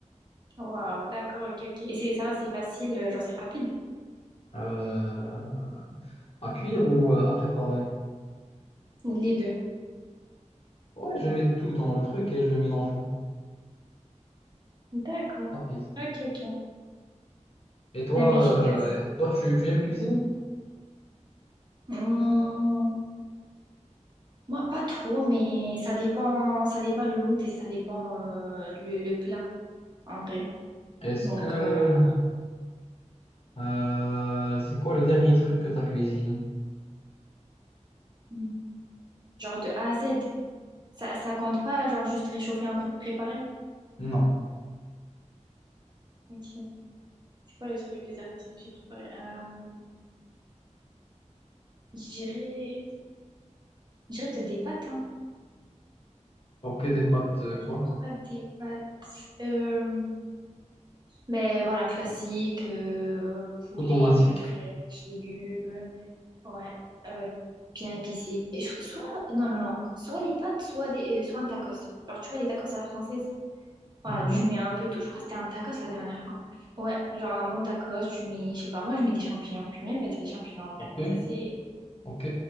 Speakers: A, on the right; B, on the left.
A: Waouh, d'accord, ok, ok. Et c'est ça va, c'est facile, euh, genre c'est rapide.
B: Euh, À cuire ou euh, à préparer?
A: Les deux.
B: Ouais, je mets tout dans le truc et je le mets dans le four.
A: D'accord.
B: Rapide.
A: Ok, ok.
B: Et toi,
A: T'es un peu efficace.
B: euh, toi tu, tu aimes cuisiner?
A: Hum, moi, pas trop, mais ça dépend, ça dépend le mood et ça dépend euh, le, le plat, en vrai.
B: Est-ce
A: Donc,
B: que
A: euh,
B: euh, c'est quoi le dernier truc que tu as cuisiné?
A: Mm. genre de A à Z. Ça, ça compte pas, genre juste réchauffer un truc préparé.
B: Non.
A: Ok. C'est quoi le truc, le dernier truc que j'ai préparé? Euh, j'irais, j'irais peut-être des pâtes, hein.
B: Ok, des pâtes euh,
A: Je
B: quoi?
A: crois des pâtes. Euh, ben voilà, classique, euh, poulet,
B: Automatiques.
A: crème fraîche, légumes. Ouais, euh, bien épicé. Et je- soit, non, non, non. Soit les pâtes, soit, des, euh, soit un tacos. Genre, tu vois, les tacos à la française, voilà,
B: Mhm.
A: tu mets un peu tout. Je crois que c'était un tacos la dernière fois. Ouais, genre un bon tacos, tu mets, je sais pas, moi, je mets des champignons. J'aime bien mettre des champignons en vrai.
B: Ok,
A: Ça, c'est,
B: ok,